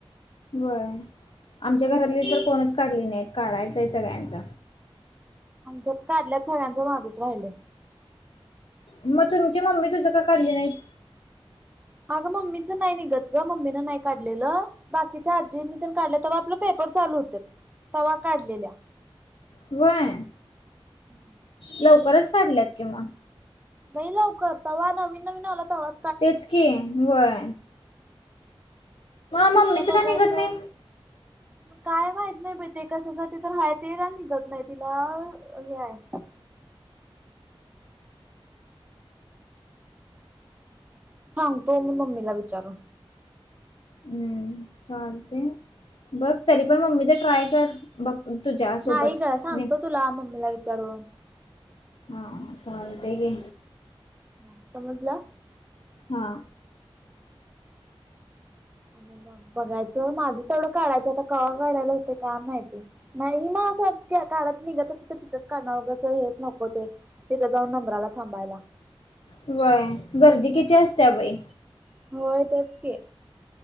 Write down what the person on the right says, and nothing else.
आमच्यात काढल्यात सगळ्यांचं माझच राहिलंय!
अगं मम्मीचं नाही निघत ग मम्मीन नाही काढलेलं. बाकीच्या आजींनी त्यां काढल्या तव्हा आपले पेपर चालू हुते तव्हा काढलेल्या.
<unintelligible>
<inaudible> लवकर तव्हा नवीनवीन आल तव्हा
मग आता बघायचं?
काय माहित नाही बई कशासाठी तर हाय तेला निघत नाही तिला हे आहे. सांगतो मी मम्मीला विचारून.
नाही ग सांगतो
तुला मम्मीला विचारून?
ह समजल.
आणि मग बघायचं माझं तेवढं काढायचं <inaudible> कवा काढायला होतय का माहिती नाही म <inaudible> काळात निघत अस <inaudible> तर तिथंच <unintelligible> कानावगसं हेच नको ते, तिथ जाऊन नंबराला थांबायला.
होय तेच की